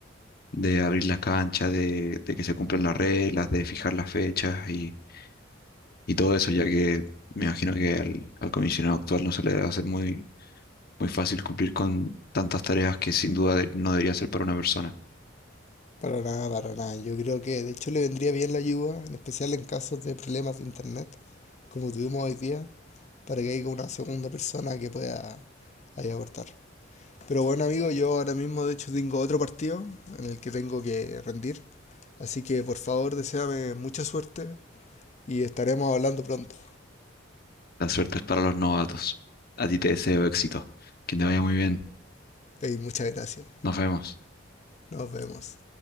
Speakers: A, on the left; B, on the left.
A: de abrir las canchas, de, de que se cumplan las reglas, de fijar las fechas y, y todo eso, ya que me imagino que al, al comisionado actual no se le debe hacer muy, muy fácil cumplir con tantas tareas que sin duda de- no deberían ser para una persona.
B: Para nada, para nada. Yo creo que de hecho le vendría bien la ayuda, en especial en casos de problemas de internet, como tuvimos hoy día, para que haya una segunda persona que pueda ahí aportar. Pero bueno, amigo, yo ahora mismo de hecho tengo otro partido en el que tengo que rendir. Así que por favor, deséame mucha suerte y estaremos hablando pronto.
A: La suerte es para los novatos. A ti te deseo éxito. Que te vaya muy bien.
B: Y muchas gracias.
A: Nos vemos.
B: Nos vemos.